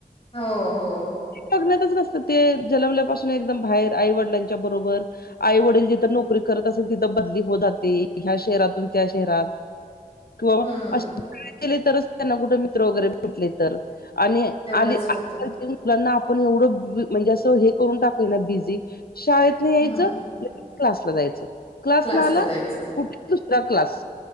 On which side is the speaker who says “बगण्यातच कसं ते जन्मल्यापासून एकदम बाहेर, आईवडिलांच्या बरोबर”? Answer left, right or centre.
Left